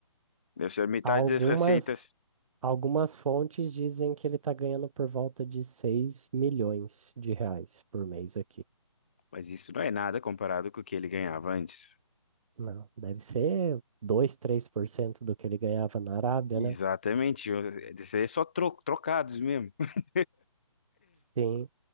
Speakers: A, on the left (about 20°); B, on the right (about 80°).
A: Deve ser metade
B: Algumas,
A: das receitas.
B: algumas fontes dizem que ele tá ganhando por volta de 6 milhões de reais por mês aqui.
A: Mas isso não é nada comparado com o que ele ganhava antes.
B: Não, deve ser dois, três por cento do que ele ganhava na Arábia,
A: Exatamente.
B: né?
A: eu- Isso aí é só tro trocados mesmo <laughs>
B: Sim.